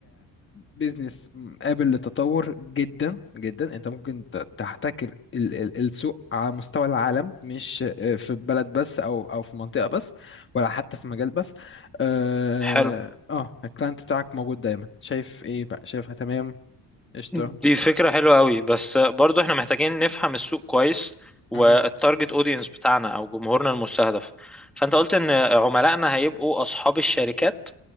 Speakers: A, on the left; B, in the centre.
A: بيزنس قابل للتطور جدا جدا انت ممكن ت- تحتكر ال- ال- السوق على مستوى العالم مش آه، في بلد بس او او في منطقة بس ولا حتى في مجال بس اه
B: حلو
A: آه، الكلاينت بتاعك موجود دايما شايف ايه بقى شايفها تمام قشطة
B: دي فكرة حلوة قوي بس برضو احنا محتاجين نفهم السوق كويس والتارجت
A: مهم.
B: اودينس بتاعنا او جمهورنا المستهدف فانت قلت ان عملائنا هيبقوا اصحاب الشركات